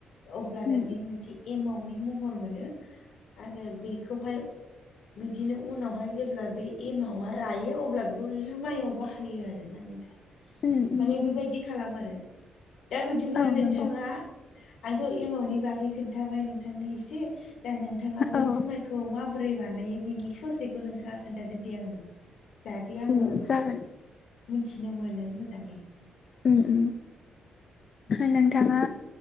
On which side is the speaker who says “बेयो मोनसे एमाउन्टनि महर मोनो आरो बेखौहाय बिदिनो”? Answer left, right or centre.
Left